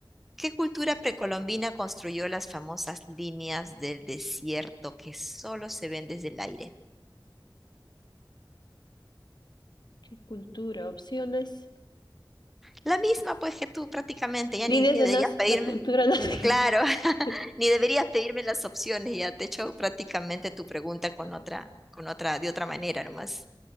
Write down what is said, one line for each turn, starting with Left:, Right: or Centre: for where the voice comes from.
Centre: ¿Qué cultura precolombina construyó las famosas líneas del desierto que solo se ven desde el aire?
Left: ¿Qué cultura? Opciones.
Centre: La misma, pues, que tú prácticamente, ya ni,
Left: Líneas
Centre: ni
Left: de
Centre: deberías
Left: naz-
Centre: pedirme,
Left: la cultura nazca.
Centre: n- claro, <laughs>
Left: <laughs>
Centre: ni deberías pedirme las opciones, ya te he hecho prácticamente tu pregunta con otra, con otra, de otra manera nomás.